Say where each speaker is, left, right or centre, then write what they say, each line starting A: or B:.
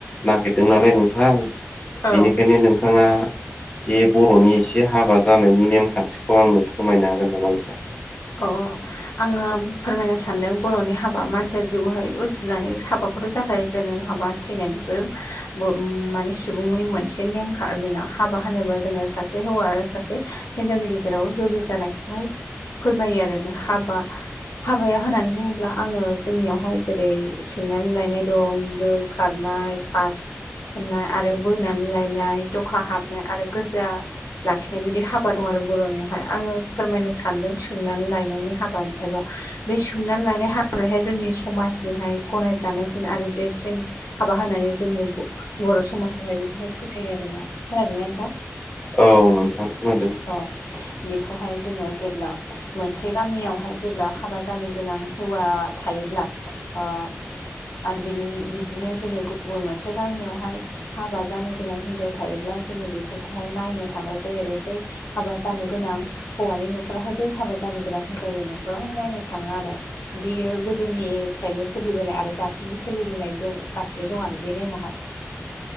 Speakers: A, on the left; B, on the left.
A: नागिरदों नालाय नोंथां बेनिखायनो
B: औ
A: नोंथाङा बे बर'नि एसे हाबा जानायनि नेमखान्थिखौ आंनो फोरमायनो हागोन नामा नोंथां?
B: अ आङो फोरमायनो सानदों बर'नि हाबा मानसिया जिउहाय उजिनानै हाबाखौथ' जाखायो जोनोम हाबा थैनाय बेफोर ओम-माने सुबुंनि मोनसे नेम खा हाबा होनोबा जोङो सासे हौवा सासे हिनजावनि गेजेराव जुलि जानायखौहाय फोरमायो आरो ना हाबा हाबाया होननानै बुङोब्ला आङो जोंनियावहाय जेरै सोंनानै लायनाय दं, दोन खारनाय खार सननाय आरो बोनानै लायनाय दखा हाबनाय आरो गोरजिया लाखिनाय बिदि हाबा दं आरो बर'नियावहाय आङो फोरमायनो सानदों सोंनानै लायनायनि हाबा एबा बे सोंनानै लानाय हाबाय जोंनि समाजनिहाय गनायजानायसिन आरो देरसिन हाबा होनानानै जोङो बर' समाजावहाय बेखौहाय फोथायो आरोना खोनादोंना नोंथा।
A: औ नोंथां खोनादों
B: अ बेखौहाय जोङो जेब्ला मोनसे गामियावहाय जेब्ला हाबा जानो गोनां हौवा थायोब्ला ओ आरो बिनि बिदिनो जोरै गुबुन मोनसे गामियावहाय हाबा जानो गोनां हिनजाव थायोब्ला जोङो बेफोरखौहाय नायनो थांनाय जायो आरो जै हाबा जानो गोनां हौवानि न'खरावहाय बै हाबा जानो गोनां हिनजावनि न'खरावहाय नायनो थाङो आरो। बियो गोदोनिफ्रायनो सोलिबोनाय आरो दासिमबो सोलिबोनाय दं गासिनो दं आरो बे नेमावहाय।
A: <inaudible>